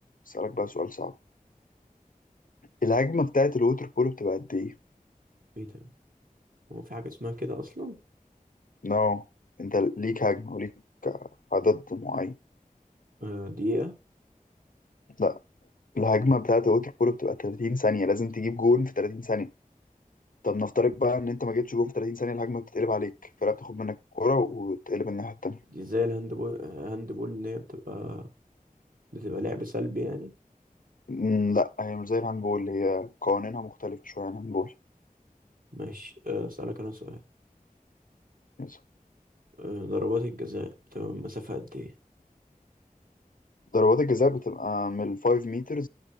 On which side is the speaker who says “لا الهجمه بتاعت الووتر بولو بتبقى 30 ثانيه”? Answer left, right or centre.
Left